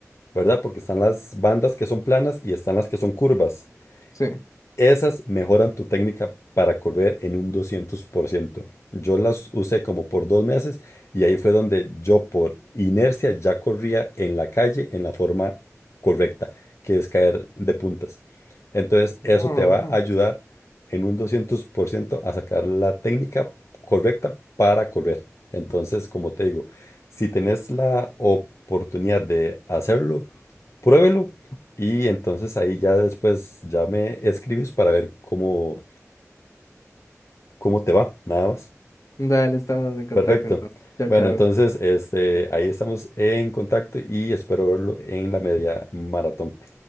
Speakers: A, on the left; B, on the left.
A: ¿verdad? Porque están las bandas que son planas y están las que son curvas.
B: Sí.
A: Esas mejoran tu técnica para correr en un doscientos por ciento Yo las usé como por dos meses y ahí fue donde yo por inercia ya corría en la calle en la forma correcta, que es caer de puntas. Entonces
B: No,
A: eso te va
B: no.
A: a ayudar en un 200% a sacar la técnica correcta para correr. Entonces, como te digo, si tenés la oportunidad de hacerlo, pruébelo y entonces ahí ya después ya me escribes para ver cómo, cómo te va, nada más.
B: Dale, estamos en contacto
A: Perfecto.
B: entonces. Chao,
A: Bueno,
B: chao.
A: entonces este, ahí estamos en contacto y espero verlo en la media maratón.